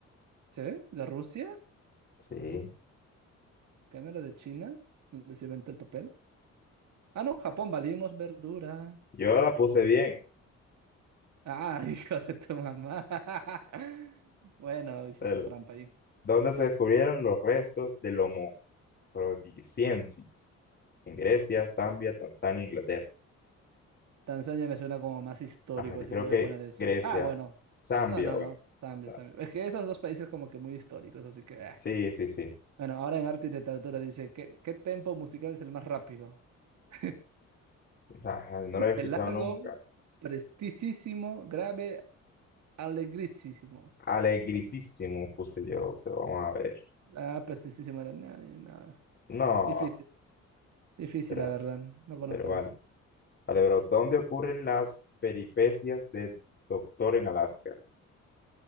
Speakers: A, on the right; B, on the left.
A: ¿Se ve? ¿De Rusia?
B: Sí.
A: ¿Que no era de China? ¿Dónde se inventó el papel? Ah, no, Japón, valimos verdura.
B: Yo la puse bien.
A: Ah, <laughs> hijo de tu mamá. <laughs> Bueno, hiciste
B: El,
A: trampa ahí.
B: ¿dónde se descubrieron los restos del Homo rhodesiensis? En Grecia, Zambia, Tanzania, Inglaterra.
A: Tanzania me suena como más histórico,
B: Ajá, yo
A: así
B: creo
A: que voy
B: que
A: a poner eso.
B: Grecia,
A: Ah, bueno.
B: Zambia,
A: No, no,
B: bueno.
A: no. Zambia,
B: ta-
A: Zambia. Es que esos dos países como que muy históricos, así que... ah.
B: Sí, sí, sí.
A: Bueno, ahora en arte y literatura dice, ¿qué, qué tempo musical es el más rápido? <laughs>
B: Ajá, no lo había escuchado
A: El largo,
B: nunca.
A: prestisísimo, grave, alegrísimo.
B: Alegrisísimo
A: Yo-
B: puse yo, pero vamos a ver.
A: Ah, prestisísimo era... No, no.
B: No,
A: Difícil, difícil,
B: pero,
A: la verdad. No conozco
B: pero vale.
A: de eso.
B: Vale, bro, ¿dónde ocurren las peripecias de Doctor en Alaska?